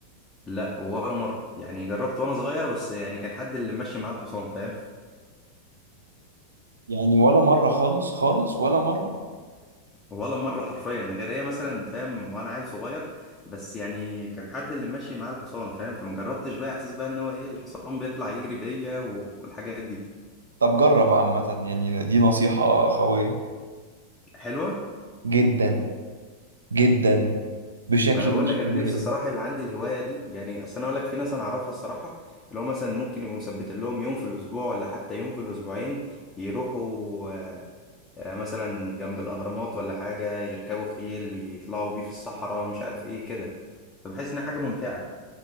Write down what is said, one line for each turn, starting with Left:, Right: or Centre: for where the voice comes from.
Left: لا ولا مره يعني جربت وانا صغير بس يعني كان حد اللي ماشي معاه الحصان فاهم
Right: يعني ولا مره خالص خالص ولا مره
Left: ولا مره حرفيا غير هي مثلا فاهم وانا عيل صغير بس يعني كان حد اللي ماشي معاه الحصان فاهم فما جربتش بقى احساس بقى ان هو ايه الحصان بيطلع يجري بيا والحاجات دي
Right: طب جرب عامه يعني دي نصيحه قويه
Left: حلوه
Right: جدا جدا بشكل
Left: ما انا بقول
Right: مش
Left: لك انا
Right: طبيعي
Left: نفسي الصراحه يبقى عندي الهوايه دي يعني اصل انا اقول لك في ناس انا اعرفها الصراحه اللي هو مثلا ممكن يبقوا مثبتين لهم يوم في الاسبوع ولا حتى يوم في الاسبوعين يروحوا آه، آه، مثلا جنب الاهرامات ولا حاجه يركبوا خيل يطلعوا بيه في الصحراء مش عارف ايه كده فبحس انها حاجه ممتعه